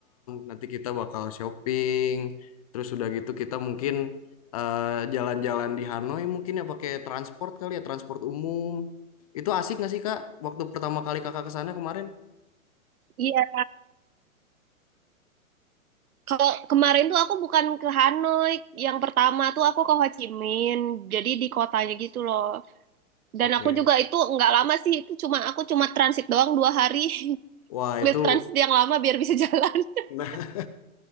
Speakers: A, on the left; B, on the right.
A: nanti kita bakal shopping, terus udah gitu kita mungkin eh, jalan-jalan di Hanoi mungkin ya pakai transport kali ya transport umum. Itu asik nggak sih Kak? Waktu pertama kali Kakak ke sana kemarin?
B: iya. Kalau kemarin tuh aku bukan ke Hanoi, yang pertama tuh aku ke Ho Chi Minh, jadi di kotanya gitu loh.
A: Oke.
B: Dan aku juga itu nggak lama sih, itu cuma aku cuma transit doang dua hari. <laughs>
A: Wah
B: Ambil
A: itu.
B: transit yang lama biar bisa jalan. <laughs>
A: <laughs> Nah,